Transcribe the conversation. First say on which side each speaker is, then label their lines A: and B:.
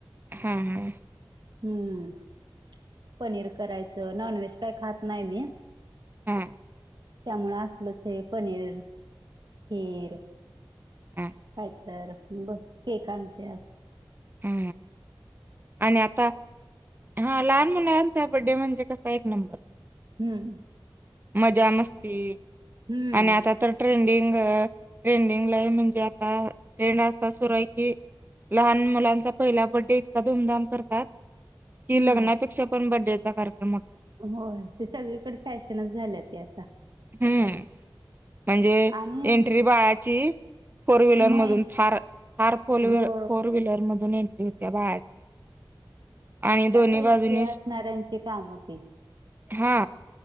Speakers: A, on the right; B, on the right.
A: हा हा
B: हम्म पनीर करायचं नॉनव्हेज काय खात नाही मी
A: हा
B: त्यामुळे असलं ते पनीर खीर
A: ह
B: काय तर बस केक आणते
A: हा आणि आता हा लहान मुला बड्डे म्हणजे कसा एक नंबर
B: हम्
A: मजा मस्ती
B: हम्म
A: आणि आता तर ट्रेंडिंग ट्रेंडिंगला म्हणजे आता ट्रेंड असा सुरू आहे की लहान मुलांचा पहिला बड्डे इतका धूमधाम करतात कि
B: हम्म
A: लग्नापेक्षा पण बरडेचा कार्यक्रम होतो
B: होय ते सगळीकडे फॅशनच झाले ते आता
A: हम्म म्हणजे
B: आणि
A: एंट्री बाळाची फोर व्हीलर
B: माहि
A: मधून थार थार फोर व
B: हो
A: फोर व्हीलर मधून एंटली होती त्या बाळाची आणि
B: काय
A: दोन्ही
B: पैसे
A: बाजूननी
B: असणाऱ्यांची काम ती
A: हा